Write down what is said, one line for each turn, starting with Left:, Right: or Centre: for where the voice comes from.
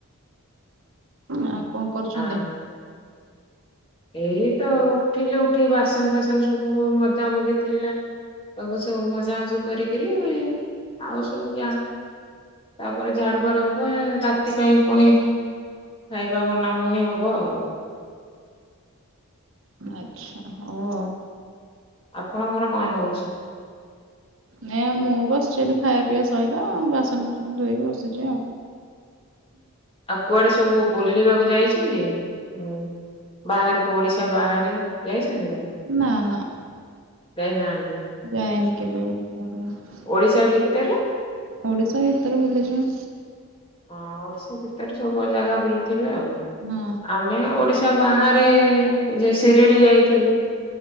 Right: ଆଉ କଣ କରୁଛନ୍ତି?
Left: ଆଉ ଏଇ ତ ଉଠିଲି ଉଠି ବାସନ ଫାସନ ସବୁ ମଜାମଜି ଥିଲା। ତାକୁ ସବୁ ମଜାମଜି କରିକିରି ଆଉ ସବୁ ଯା। ତାପରେ ଝାଡୁ ଫାଡୁ ହବ ରାତି ପାଇଁ ପୁଣି ଖାଇବା ବନା ବନି ହବ ଆଉ।
Right: ଆଚ୍ଛା ହଉ ଆଉ।
Left: ଆପଣଙ୍କର କଣ ହଉଛି?
Right: ନାଇଁ ମୁଁ ବସିଛି ଏଇଠି ଖାଇବା ପିଇବା ସଇଲା ବାସନ କୁସନ ଧୋଇକି ବସିଛି ଆଉ।
Left: ଆଉ କୁଆଡେ ସବୁ ବୁଲିବାକୁ ଯାଇଛନ୍ତି? ହୁଁ। ବାହାରକୁ ଓଡିଶା ବାହାରେ ଯାଇଛନ୍ତି କଣ?
Right: ନା ନା।
Left: ଯାଇ ନାହାନ୍ତି।
Right: ଯାଇନି କେବେ ଓଡ଼ିଶା ବାହାରକୁ।
Left: ଓଡିଶା ଭିତରେ
Right: ଓଡିଶା ଭିତରେ ବୁଲିଛି ମୁଁ।
Left: ହଁ ଓଡିଶା ଭିତରେ ସବୁ ଜାଗା ବୁଲିଥିବେ ଆଉ।
Right: ହଁ
Left: ଆମେ ଓଡିଶା ଶା ବାହାରେ ଯୋଉ ଶିରିଡି ଯାଇଥିଲୁ।